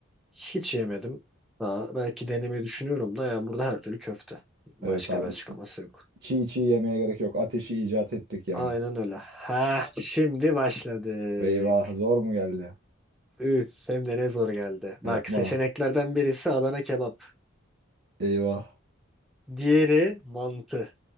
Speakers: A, in the centre; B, on the right.
A: Hiç yemedim. Daha belki denemeyi düşünüyorum da yani burada her türlü köfte. Başka
B: Evet abi.
A: bir açıklaması yok.
B: Çiğ çiğ yemeye gerek yok. Ateşi icat ettik yani.
A: Aynen öyle. Ha şimdi başladık.
B: Eyvah zor mu geldi?
A: Üf hem de ne zor geldi. Bak
B: Yapma.
A: seçeneklerden birisi Adana kebap.
B: Eyvah.
A: Diğeri mantı.